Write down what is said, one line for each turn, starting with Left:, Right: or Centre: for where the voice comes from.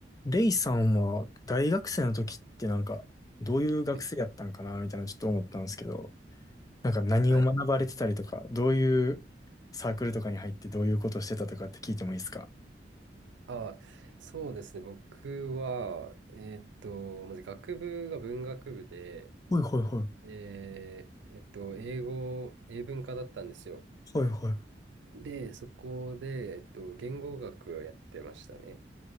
Left: レイさんは大学生の時ってなんかどういう学生やったんかなみたいなちょっと思ったんですけど、
Right: はい。
Left: なんか何を学ばれてたりとか、
Right: はい。
Left: どういうサークルとかに入ってどういうことをしてたとかって聞いてもいいですか
Right: あ、そうですね。僕は、えーっと、まず学部が文学部で、
Left: はいはいは
Right: えーえっと、英語、英文科だったんですよ。
Left: い。はいは
Right: で、そこで、えっと、言語学をやってましたね。